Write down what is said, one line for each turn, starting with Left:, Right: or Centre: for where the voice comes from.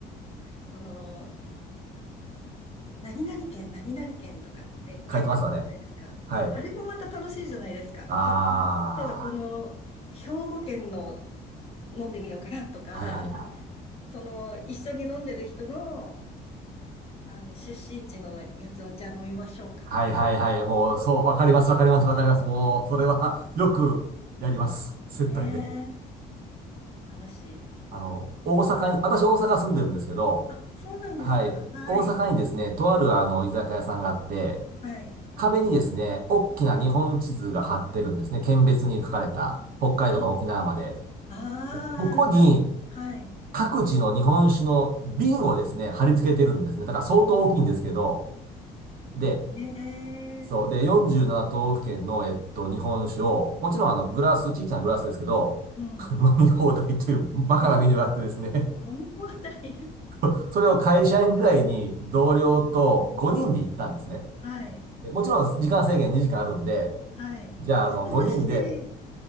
Left: その、何々県、何々県とかって書いてあるじゃないですか。
Right: 書いてますわね。はい。
Left: あれもまた楽しいじゃないですか。
Right: あ
Left: じゃあ、今度はこの兵庫県の飲んでみようかなとか、
Right: あ、はいはいはい。
Left: <laughs> その一緒に飲んでる人の、あの出身地のやつをじゃあ飲みましょうかとか、
Right: はいはいはい。もう、そう、わかりますわかりますわかります。もう、それは <laughs> よくやります。接待で。
Left: ねえ、楽しい。
Right: あの、大阪に、私大阪住んでるんですけど、
Left: あ、そうなんですか。
Right: はい。
Left: はい。
Right: 大阪にですね、とあるあの、居酒屋さんがあって、
Left: はい。
Right: 壁にですね、大きな日本地図が貼ってるんですね。県別に書かれた、北海道から沖縄まで。
Left: ああー、
Right: でここに、
Left: なはい。
Right: 各地の日本酒の瓶をですね、貼り付けてるんですね。
Left: ねおー、
Right: だから相当大きいんですけど、で、
Left: ね
Right: そう。で、47都道府県の、えっと、日本酒を、もちろんあの、グラス、小さなグラスですけど、
Left: え、うん。
Right: <laughs> 飲み放題というバカなメニューがあってですね
Left: えー飲み放題。
Right: <laughs> それを会社員時代に同僚と5人で行ったんですね。
Left: はい、
Right: でもちろん時間制限2時間あるんで、
Left: はい、
Right: じゃああの5人で
Left: 恐ろしい、